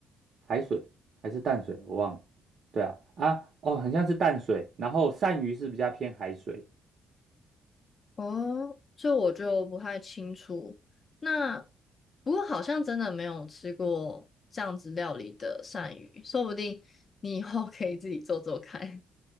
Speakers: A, on the right; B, on the left.
A: 海水还是淡水，我忘了。对啊，啊，哦，很像是淡水，然后鳝鱼是比较偏海水。
B: 哦，这我就不太清楚。那不过好像真的没有吃过这样子料理的鳝鱼，说不定你以后可以自己做做看。